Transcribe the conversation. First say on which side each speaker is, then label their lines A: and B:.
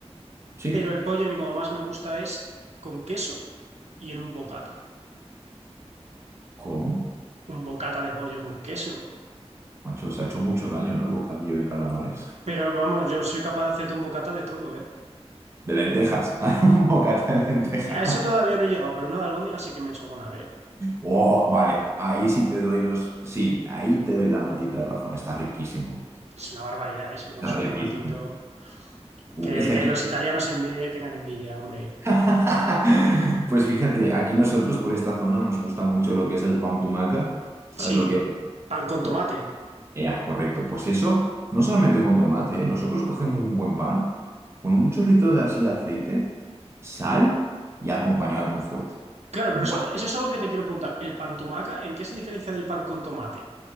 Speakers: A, on the right (about 25°); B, on the right (about 80°).
A: Sí,
B: Pero el pollo a mí como más me gusta es con queso y en un bocata.
A: ¿cómo?
B: Un bocata de pollo con queso.
A: Macho, se ha hecho mucho daño, ¿no? El bocadillo de calamares.
B: Pero vamos, yo soy capaz de hacerte un bocata de todo, ¿eh?
A: De lentejas, <laughs> un bocata de lentejas.
B: A eso todavía no he llegado, pero uno de albóndiga sí que me he hecho alguna vez.
A: Oh, vale, ahí sí te doy los. Sí, ahí te doy la maldita razón. Está riquísimo.
B: Es una barbaridad eso, con
A: Está
B: su
A: riquísimo.
B: tomatito.
A: Uf,
B: Que,
A: es que
B: que
A: aquí.
B: los italianos envi- tengan envidia, hombre.
A: <laughs> Pues fíjate, aquí nosotros por esta zona nos gusta mucho lo que es el pan tumaca. ¿Sabes
B: Sí,
A: lo que es?
B: pan con
A: Pues,
B: tomate.
A: ya, correcto. Pues eso, no solamente con tomate, ¿eh? Nosotros cogemos un buen pan, con un chorrito de así aceite, sal y acompañado de un fuet.
B: Claro,
A: Buah,
B: pero eso, eso es algo que te quiero preguntar. ¿El pan tumaca en qué se diferencia del pan con tomate?